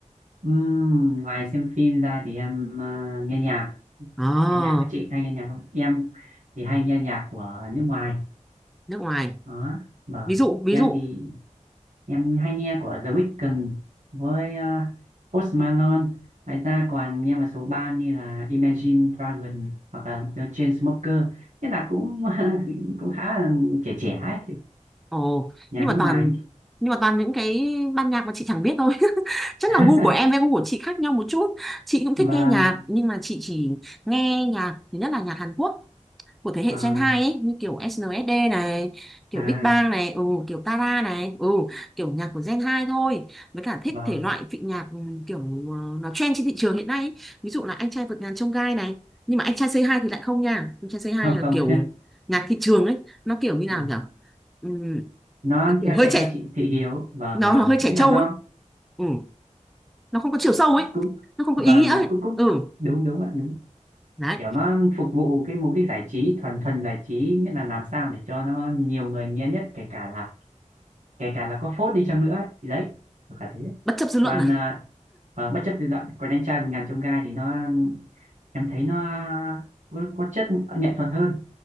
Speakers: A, on the right; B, in the centre.
A: Ừm, ngoài xem phim ra thì em ờ, nghe nhạc
B: ờ
A: nghe nhạc các chị hay nghe nhạc không em thì hay nghe nhạc của nước ngoài
B: nước ngoài
A: đó vâng
B: ví dụ ví
A: em
B: dụ
A: thì em hay nghe của The Weeknd với uh, Post Malone ngoài ra còn nghe một số band như là Imagine Dragons hoặc là The Chainsmokers thế là cũng <laughs> cũng khá là trẻ trẻ ấy
B: ồ
A: nhạc
B: nhưng mà
A: nước
B: toàn
A: ngoài
B: nhưng mà toàn những cái ban nhạc mà chị chẳng biết thôi <laughs> chắc
A: <laughs>
B: là gu của em với gu của chị khác nhau một chút chị cũng
A: vâng
B: thích nghe nhạc nhưng mà chị chỉ nghe nhạc thứ nhất là nhạc Hàn Quốc của thế hệ
A: à,
B: Gen 2 ấy như kiểu SNSD này kiểu
A: à
B: Big Bang này ừ, kiểu Tara này ừ, kiểu nhạc của Gen 2 thôi với cả thích
A: vâng
B: thể loại vị nhạc ừ, kiểu ờ, nó trend trên thị trường hiện nay ấy. ví dụ là anh trai vượt ngàn chông gai này nhưng mà anh trai C2 thì lại không nha anh trai C2
A: không
B: là
A: không
B: kiểu nhạc thị trường ấy nó kiểu như nào
A: <laughs>
B: nhỉ ừ,
A: nó
B: nó kiểu
A: theo
B: hơi
A: chạy
B: trẻ
A: theo chị thị hiếu vâng
B: nó,
A: vâng
B: nó hơi trẻ
A: nghĩa là
B: trâu
A: nó
B: ấy ừ, nó không có chiều sâu ấy
A: cũng
B: nó không có
A: vâng
B: ý nghĩa
A: đúng
B: ấy
A: cũng cũng
B: ừ
A: đúng đúng ạ đúng
B: đấy
A: kiểu nó phục vụ cái mục đích giải trí thuần thuần giải trí nghĩa là làm sao để cho nó nhiều người nghe nhất kể cả là kể cả là có phốt đi chăng nữa ấy. thì đấy kiểu cả thế
B: bất chấp dư luận
A: còn
B: này
A: à, ờ, bất chấp dư luận còn anh trai vượt ngàn chông gai thì nó em thấy nó có, có chất nghệ thuật hơn